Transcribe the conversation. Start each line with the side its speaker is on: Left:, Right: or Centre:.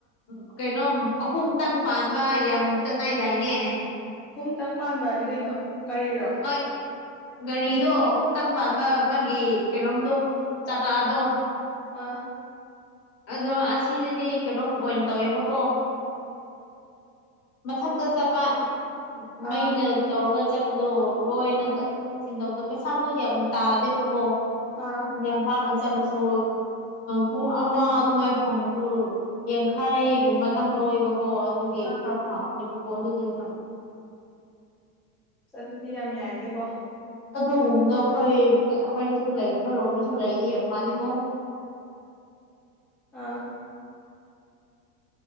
Left: ꯎ ꯀꯩꯅꯣ ꯑꯍꯨꯝꯇꯪ ꯄꯥꯟꯕ ꯌꯥꯝ ꯆꯅꯏꯗꯥꯏꯅꯦ
Centre: ꯑꯍꯨꯝꯇꯪ ꯄꯥꯟꯕꯗꯤ ꯀꯩꯅꯣ ꯒꯥꯔꯤꯔꯣ
Left: ꯃ ꯒꯥꯔꯤꯗꯣ ꯑꯍꯨꯝꯇꯪ ꯄꯥꯟꯕ ꯃꯥꯒꯤ ꯀꯩꯅꯣꯝꯗꯣ ꯆꯀꯥꯗꯣ
Centre: ꯑꯥ ꯑꯥ
Left: ꯑꯗꯣ ꯑꯁꯤꯁꯤꯗꯤ ꯀꯩꯅꯣꯝ ꯑꯣꯏꯅ ꯇꯧꯋꯦꯕꯀꯣ ꯃꯊꯛꯇ ꯆꯠꯄ ꯃꯩꯅ
Centre: ꯑꯥ
Left: ꯇꯧꯔꯒ ꯆꯠꯄꯗꯣ ꯂꯣꯏꯅ
Centre: ꯑꯥ
Left: ꯆꯠꯊꯣꯛ ꯆꯠꯁꯤꯟ ꯇꯧꯕꯗꯣ ꯄꯩꯁꯥꯁꯨ ꯌꯥꯝ ꯇꯥꯗꯦꯕꯀꯣ
Centre: ꯑꯥ
Left: ꯌꯥꯝ ꯂꯥꯅ ꯆꯠꯂꯁꯨ ꯄꯨꯡ ꯑꯃ ꯑꯗꯨꯃꯥꯏ ꯊꯝꯕꯁꯨ ꯌꯥꯡꯈꯥꯏꯒꯨꯝꯕꯇꯪ ꯂꯧꯏꯕꯀꯣ ꯑꯗꯨꯒꯤ
Centre: ꯑꯥ
Left: ꯍꯥꯎ ꯑ ꯀꯣꯗꯨꯗꯔꯣ
Centre: ꯑ ꯑꯗꯨꯗꯤ ꯌꯥꯝ ꯌꯥꯏꯅꯤꯀꯣ
Left: ꯑꯗꯨꯒꯨꯝꯕꯗꯣ ꯑꯩꯈꯣꯏ ꯑꯩꯈꯣꯏꯗꯁꯨ ꯂꯩ ꯑꯩꯈꯣꯏꯔꯣꯝꯗꯁꯨ ꯂꯩꯔꯤ ꯌꯥꯝ ꯐꯥꯅꯤꯃꯣ
Centre: ꯑꯥ